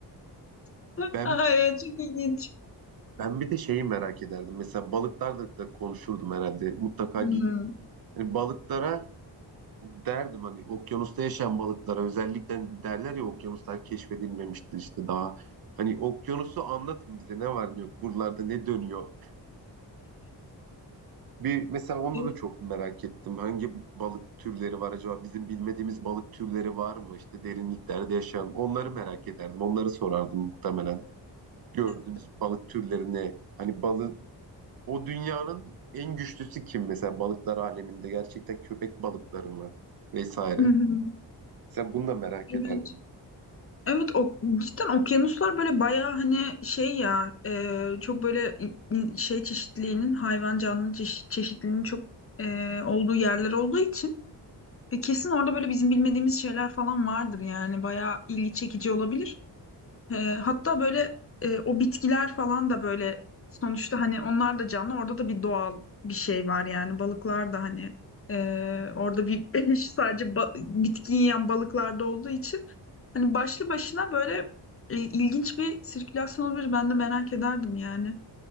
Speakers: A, on the left (about 30°); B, on the right (about 60°).
A: <laughs>
B: Ben
A: Ay ya, çok ilginç.
B: ben bir de şeyi merak ederdim. Mesela balıklarla da konuşurdum herhalde. Mutlaka
A: Hmm.
B: gidip hani balıklara derdim hani okyanusta yaşayan balıklara özellikle derler ya okyanuslar keşfedilmemiştir işte daha. Hani okyanusu anlatın bize ne var ne yok buralarda ne dönüyor Bir mesela onda
A: Evet.
B: da çok merak ettim. Hangi balık türleri var acaba? Bizim bilmediğimiz balık türleri var mı? İşte derinliklerde yaşayan. Onları merak ederdim. Onları sorardım muhtemelen. Gördüğünüz
A: evet.
B: balık türleri ne? Hani balık o dünyanın en güçlüsü kim mesela balıklar aleminde? Gerçekten köpek balıkları mı? Vesaire.
A: Hı hı.
B: Mesela bunu da merak
A: Evet.
B: ederdim.
A: Evet, o, cidden okyanuslar böyle bayağı hani şey ya e, çok böyle i- i- şey çeşitliliğinin hayvan canlı çeşi- çeşitliliğinin çok e, olduğu yerler olduğu için E, kesin orada böyle bizim bilmediğimiz şeyler falan vardır yani bayağı ilgi çekici olabilir. E, hatta böyle e, o bitkiler falan da böyle sonuçta hani onlar da canlı orada da bir doğal bir şey var yani balıklar da hani e, orada bir <laughs> sadece ba- bitki yiyen balıklarda olduğu için hani başlı başına böyle e, ilginç bir sirkülasyon olabilir. Ben de merak ederdim yani